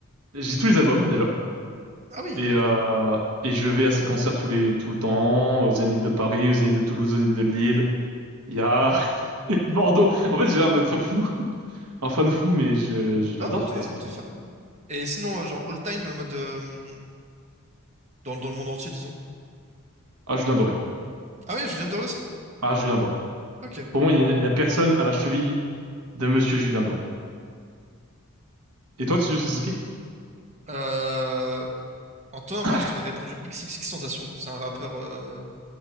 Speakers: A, on the right; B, on the right.
A: J'ai tous les albums, déjà.
B: Ah oui.
A: Et, euh, et je vais à ses concerts tous les, tout le temps, aux Zénith de Paris, aux Zénith de Toulouse, aux Zénith de Lille. Il y a <laughs> il y a Bordeaux. En fait, j'ai l'air d'être fou, un fan fou, mais je, je l'adore,
B: Ah, bah t'es
A: quoi, c'est
B: t'es
A: tout.
B: fan, ouais. Et sinon, euh, genre all time, euh, mode euh, dans, dans le monde entier, disons.
A: Ah, Julien Doré.
B: Ah oui, Julien Doré aussi?
A: Ah, Julien Doré.
B: Ok.
A: Pour moi, il n'y a, il n'y a personne à la cheville de Monsieur Julien Doré. Et toi, tu Sasuke?
B: Euh, euh, en temps normal,
A: <coughs>
B: je t'aurais répondu XXX Tentation. C'est un rappeur euh,